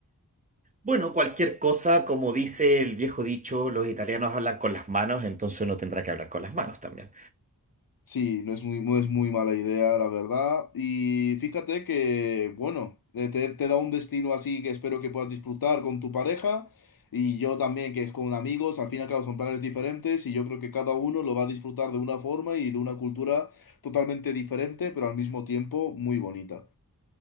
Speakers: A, on the right; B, on the left.
A: bueno, cualquier cosa, como dice el viejo dicho, los italianos hablan con las manos, entonces uno tendrá que hablar con las manos también.
B: Sí, no es muy, no es muy mala idea, la verdad. Y fíjate que, bueno, eh, te, te da un destino así que espero que puedas disfrutar con tu pareja y yo también, que es con amigos, al fin y al cabo son planes diferentes y yo creo que cada uno lo va a disfrutar de una forma y de una cultura totalmente diferente, pero al mismo tiempo muy bonita.